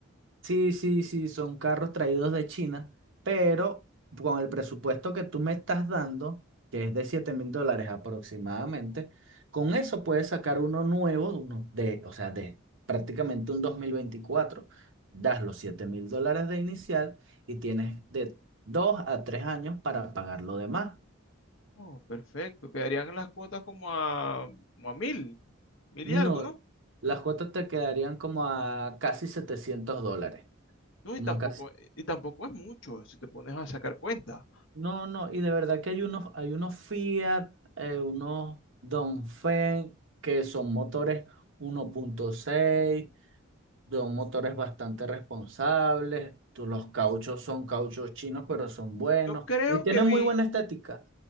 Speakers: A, on the right; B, on the left.
A: Sí, sí, sí, son carros traídos de China, pero con el presupuesto que tú me estás dando, que es de siete mil dólares aproximadamente, con eso puedes sacar uno nuevo, uno de, o sea, de prácticamente un 2024. Das los siete mil dólares de inicial y tienes de 2 a 3 años para pagar lo demás.
B: Oh, perfecto. Quedarían las cuotas como a, como a mil, mil
A: No,
B: y algo, ¿no?
A: las cuotas te quedarían como a casi 700 dólares.
B: No,
A: Como
B: y tampoco,
A: acá. se-
B: y tampoco es mucho si te pones a sacar cuenta.
A: No, no, y de verdad que hay unos, hay unos Fiat, eh, unos Dongfeng, que son motores uno punto seis son motores bastante responsables. tú- los cauchos son cauchos chinos, pero son buenos
B: Yo creo
A: y tienen
B: que vi
A: muy buena estética.